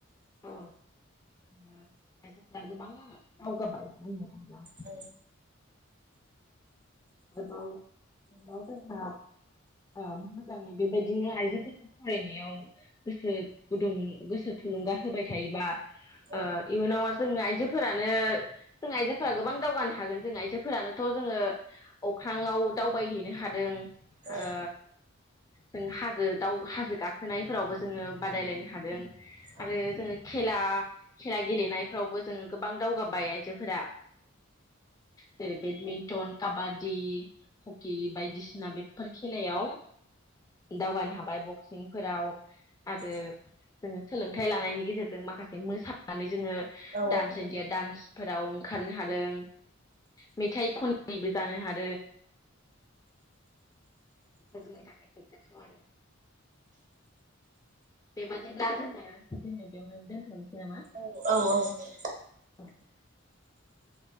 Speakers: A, on the left; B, on the right.
A: औ आयफोरा गोबां दावगाबाय बुंनो थांब्ला।
B: औ
A: आरोबाव जोंहा ओ मोजाङै बेबायदिनो आइजोफोरखौ फरायनायाव गोसो गुदुं गोसो थुलुंगा होबाय थायोबा
B: औ
A: ओ इयुनाव आरो जों आइजोफोरानो जों आइजोफोरा गोबां दावगानो हागोन जों आइजोफोरानोथ' जोङो अख्राङाव दावबायहैनो हादों
B: औ
A: ओ जों हाजो दाव हाजो गाखोनायफोरावबो जोङो बादायलायनो हादों
B: औ
A: आरो जोङो खेला खेला गेलेनायफ्रावबो जोङो गोबां दावगाबाय आइजोफोरा जेरै बेडमिन्टन काबा दि हकि बायदिसिना बेफोर खेलायाव दावगानो हाबाय बक्सिंफोराव आरो
B: औ औ
A: जोंङो सोलोंथाइ लानायनि गेजेरजों माखासे मोसानानै जोंङो
B: औ
A: दान्स इणडिया दडान्सफोराव ओंखारनो हादों मेथाइ खनगिरिबो जानो हा दों जोंनि थाखाय गोग्गाथाव आरो बेबादिब्ला जोंङो दिनै बेवहाय दोनथ'नोसै नामा?
B: औ औ औ दे।
A: <inaudible>